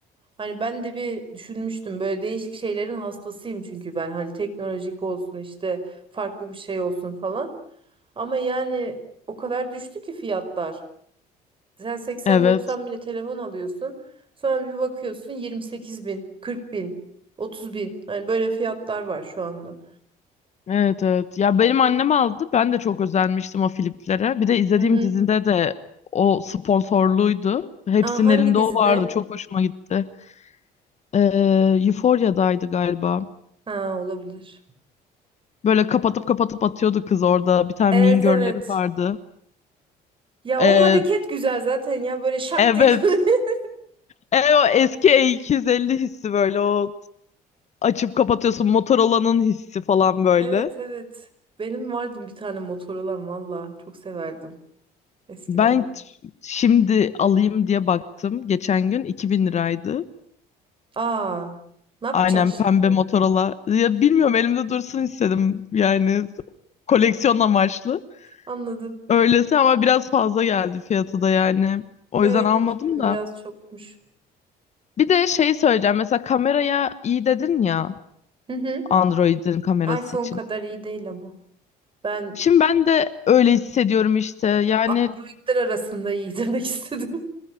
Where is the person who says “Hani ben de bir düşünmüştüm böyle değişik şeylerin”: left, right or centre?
Right